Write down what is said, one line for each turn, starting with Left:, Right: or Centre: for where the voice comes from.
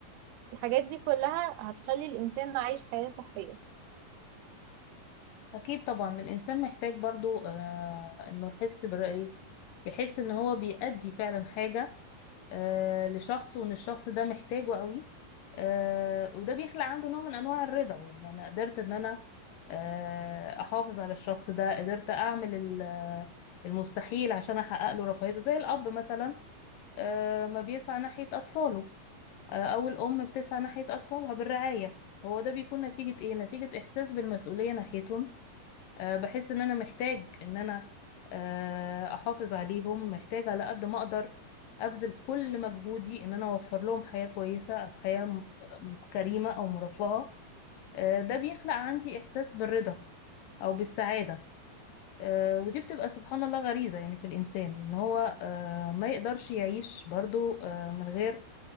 Right: الحاجات دي كلها هتخلي الإنسان عايش حياة صحية
Left: أكيد طبعا الإنسان محتاج برضو آه إنه يحس برأيه يحس إن هو بيأدي فعلا حاجة آه لشخص وإن الشخص ده محتاجه قوي آه وده بيخلق عنده نوع من أنواع الرضا يعني أنا قدرت إن أنا آه أحافظ على الشخص ده قدرت أعمل ال- آه، المستحيل عشان أحقق له رفاهيته زي الأب مثلا آه ما بيسعى ناحية أطفاله آه أو الأم بتسعى ناحية أطفالها بالرعاية هو ده بيكون نتيجة إيه؟ نتيجة إحساس بالمسؤولية ناحيتهم آه، بحس ان انا محتاج ان انا آه، احافظ عليهم محتاج على قد ما اقدر ابذل كل مجهودي ان انا اوفر لهم حياة كويسة او حياة م- م- كريمة او مرفهة آه، ده بيخلق عندي احساس بالرضا او بالسعادة آه، ودي بتبقى سبحان الله غريزة يعني في الانسان ان هو آه، ما يقدرش يعيش برضو آه، من غير